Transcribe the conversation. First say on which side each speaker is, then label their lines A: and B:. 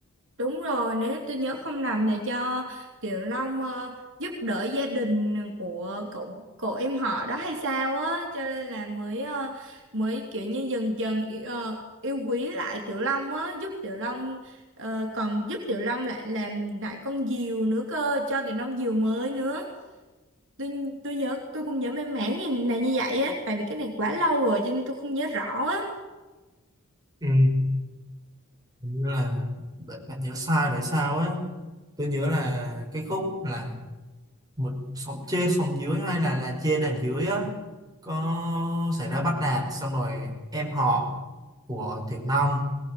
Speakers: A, on the right; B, on the right.
A: Đúng rồi, nếu tôi nhớ không nhầm là do Tiểu Long ờ, giúp đỡ gia đình của cậu cậu em họ đó hay sao á, cho nên là mới ờ, mới kiểu như dần dần y- ờ, yêu quý lại Tiểu Long á, giúp Tiểu Long ờ, còn giúp Tiểu Long lại làm lại con diều nữa cơ, cho Tiểu Long diều mới nữa. Tôi tôi nhớ tôi cũng nhớ mang máng như là như vậy á, tại vì cái này quá lâu rồi cho nên tôi không nhớ rõ á.
B: Ừ. Hình như là bạn, bạn nhớ sai rồi sao á tôi nhớ là cái khúc là một xóm trên xóm dưới hay là làng trên làng dưới á có xảy ra bắt nạt xong rồi em họ của Tiểu Long